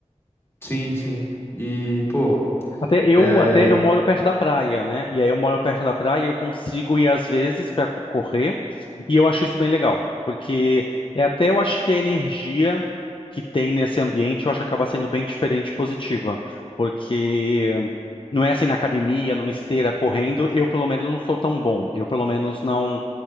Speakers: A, on the left; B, on the left.
A: Sim, sim. E, pô,
B: Até eu,
A: é,
B: até eu moro perto da praia, né? E aí eu moro perto da praia e eu consigo ir às vezes para correr, e eu acho isso bem legal, porque é até eu acho que a energia que tem nesse ambiente, eu acho que acaba sendo bem diferente e positiva, porque não é assim na academia, numa esteira correndo, eu pelo menos não sou tão bom. Eu pelo menos não